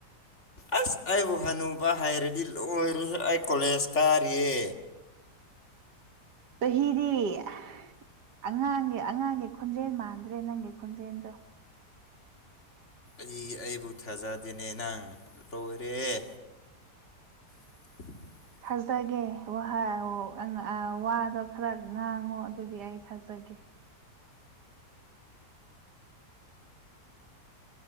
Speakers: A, on the left; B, on the right.
A: ꯑꯁ ꯑꯩꯕꯨ ꯍꯅꯨꯕ ꯍꯥꯏꯔꯗꯤ ꯂꯣꯏꯔꯍꯦ ꯑꯩ ꯀꯣꯂꯦꯖ ꯀꯥꯔꯤꯌꯦ
B: ꯆꯍꯤꯗꯤ ꯑ ꯑꯉꯥꯡꯒꯤ ꯑꯉꯥꯡꯒꯤ ꯈꯣꯟꯖꯦꯟ ꯃꯥꯟꯗ꯭ꯔꯦ ꯅꯪꯒꯤ ꯈꯣꯟꯖꯦꯟꯗꯣ
A: ꯔꯤꯒꯤ ꯑꯩꯕꯨ ꯊꯥꯖꯗꯦꯅꯦ ꯅꯪ ꯂꯣꯏꯔꯦꯍꯦ <inaudible>
B: ꯊꯖꯗꯥꯒꯦ ꯋꯥꯍ <unintelligible> ꯑꯪꯑ ꯋꯥꯗꯣ ꯈꯔ ꯉꯥꯡꯉꯣ ꯑꯗꯨꯗꯤ ꯑꯩ ꯊꯥꯖꯒꯦ